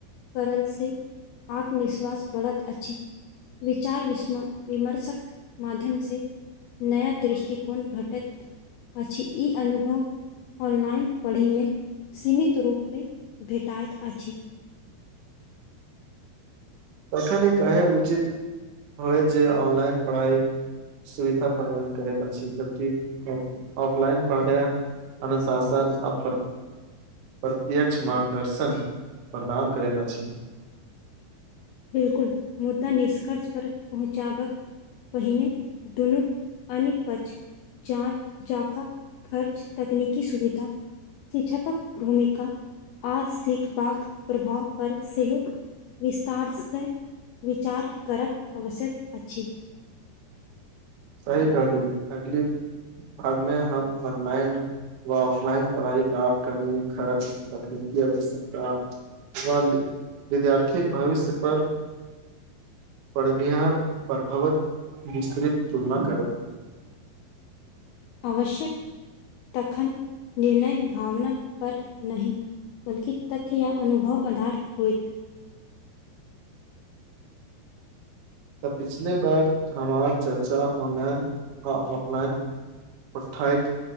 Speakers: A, on the left; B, on the right.
A: करल से आत्मविश्वास बढ़त अछि विचार विस्म विमर्शक माध्यम से नया दृष्टिकोण भेटैत अछि ई अनुभव ऑनलाइन पढ़यमे सीमित रूपमे भेटाइत अछि
B: तखन कहेब उचित होयत जे ऑनलाइन पढ़ाइ सुविधा प्रदान करैत अछि जबकि ऑफ- ऑफलाइन पढ़ाया अनुशासन आ प्र <unintelligible> प्रत्यक्ष मार्गदर्शन प्रदान करैत अछि
A: बिलकुल मुदा निष्कर्ष पर पहुँचाबक पहिने दुनु अनी पच <unintelligible> जाँच जाका खर्च तकनीकी सुविधा शिक्षकक भूमिका आ सिखबाक प्रभाव पर सेहो विस्तार से विचार करब आवश्यक अछि
B: सही कह दू अगली भागमे हम हनुमैन व ऑफलाइन पढ़ाई लाभ कमी खर्च तकनीकी आवश्यकता वन्द विद्यार्थीक भविष्य पर परनिहार प्रभावैत विस्तृित तुलना करब
A: आवश्यक तखन निर्णय भावनक पर नहि बल्कि तथ्य या अनुभव अधार होएत
B: तऽ पिछले बार हमार चर्चा ऑनलाइन आ ऑफलाइन पठाइक-